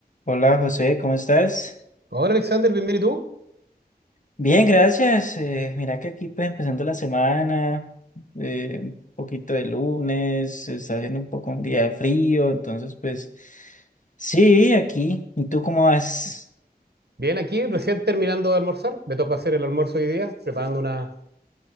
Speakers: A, on the left; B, on the right.
A: Hola José, ¿cómo estás?
B: Hola Alexander, bienvenido. ¿Y tú?
A: Bien, gracias. Eh, mira que aquí pues empezando la semana, eh, un poquito de lunes, se está haciendo un poco un día de frío, entonces pues sí, aquí. ¿Y tú cómo vas?
B: Bien aquí, recién terminando de almorzar. Me tocó hacer el almuerzo hoy día, preparando una...